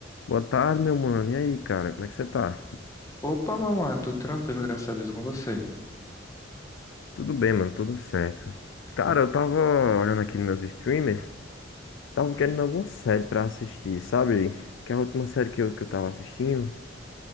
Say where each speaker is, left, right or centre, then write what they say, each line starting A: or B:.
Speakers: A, on the left; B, on the left.
A: Boa tarde, meu mano. E aí, cara, como é que você tá?
B: Opa, meu mano, tudo tranquilo, graças a Deus, com você.
A: Tudo bem, mano, tudo certo. Cara, eu tava olhando aqui nos meus streamers, tava
B: Hum,
A: querendo alguma série pra assistir, sabe? Porque a última série que eu, que eu tava assistindo,